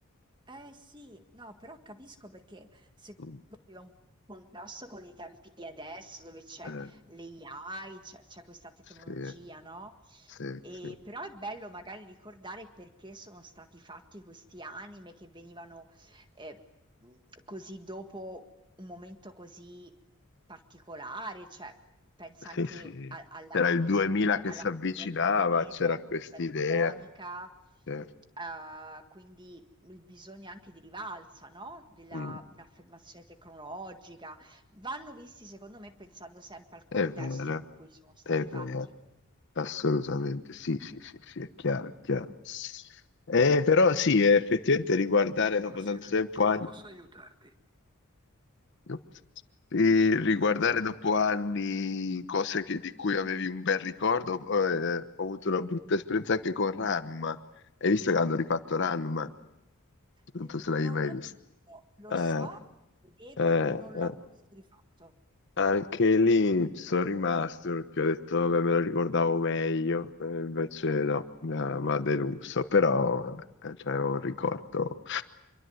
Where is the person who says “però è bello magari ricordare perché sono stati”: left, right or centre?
Right